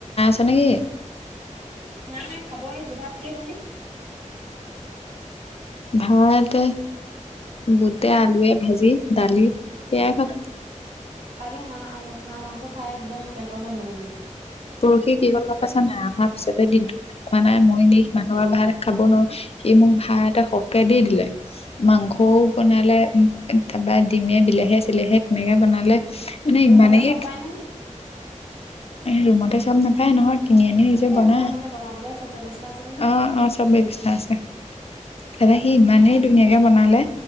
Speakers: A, on the left; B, on the right.
A: আ নেকি?
B: নাই খাব লৈছো ভাত কিহে খালি।
A: ভাত বুটে আলুৱে। ভাজি দালি সেইয়াই খালোঁ।
B: কালি হাঁহ আম্ হাঁহ মাংস খাই একদম পেটৰ গণ্ডগোল মো।
A: পৰহি কি হল গম পাইছে নাই অহাৰ পিছতে দিনটো ভাল খোৱা নাই মইনে সি মমানহ ভাত খাব নোৱাৰো সি মোক ভাত এটা সকে দি দিলে। মাংসও
B: উম
A: বনালে। তাপা ডিমে বিলাহীয়ে, চিলাহীয়ে তেনেকে বনালে। মানে
B: ৰুমতে
A: ইমানেই
B: চব পাই নেকি
A: ৰুমতে চব নাপায় নহয় কিনি আনি নিজে
B: এই
A: বনা
B: নহয় মানে বনাবলৈ চব ব্যৱস্থা আছে নে কি
A: অ
B: কৈছো
A: অ চব ব্যৱস্থা আছে। তাপা
B: অ
A: সি ইমানেই ধুনীয়াকে বনালে।